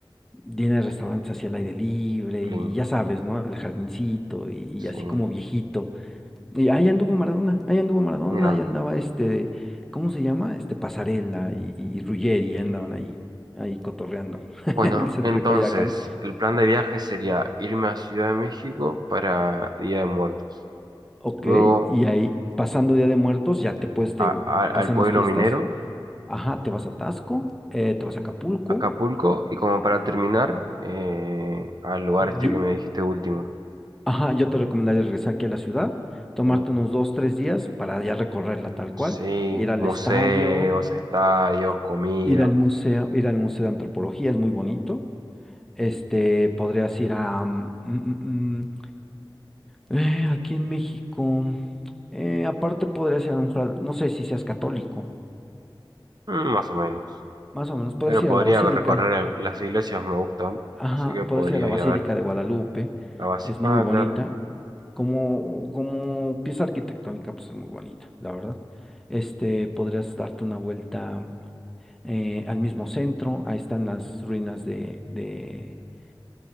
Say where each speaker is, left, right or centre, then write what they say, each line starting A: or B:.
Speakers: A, in the centre; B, on the right.
A: llena de restaurantes hacia el aire libre
B: Qué
A: y
B: lindo.
A: ya sabes, ¿no? El jardincito y, y
B: Sí.
A: así como viejito. Y ahí anduvo Maradona, ahí anduvo Maradona,
B: Mira.
A: ahí andaba este, ¿cómo se llama? Este Pasarela y, y, y Ruggeri, ya andaban ahí, ahí cotorreando <laughs>
B: Bueno,
A: en el centro
B: entonces,
A: de Coyoacán.
B: el plan de viaje sería irme a Ciudad de México para Día de Muertos.
A: Ok,
B: Luego
A: y ahí pasando Día de Muertos, ya te puedes, te
B: a-
A: digo,
B: a- al
A: pasan
B: pueblo
A: las fiestas,
B: minero,
A: ajá, te vas a Taxco, eh, te vas a Acapulco.
B: Acapulco. Y como para terminar, eh, al lugar este
A: Yo,
B: que me dijiste último.
A: ajá, yo te recomendaría regresar aquí a la ciudad, tomarte
B: Sí.
A: unos dos, tres días para ya recorrerla tal
B: Sí,
A: cual, ir al
B: museos,
A: estadio,
B: estadios,
A: i-
B: comida.
A: ir al museo, ir al Museo de Antropología, es muy bonito Este, podrías ir a... mm, mm, mm, eh, aquí en México. eh, aparte podrías ir a un... jal- No sé si seas católico,
B: mm, más o menos.
A: más o menos. Podrías
B: Pero
A: ir
B: podría
A: a la Basílica.
B: recorrer el- las iglesias, me gustan.
A: Ajá,
B: Así que podría
A: podrías ir a la Basílica
B: ir a ver
A: de Guadalupe.
B: la básica.
A: Es muy bonita.
B: Ah, claro.
A: Como, como pieza arquitectónica, pues es muy bonita, la verdad. Este, podrías darte una vuelta eh, al mismo centro. Ahí están las ruinas de, de,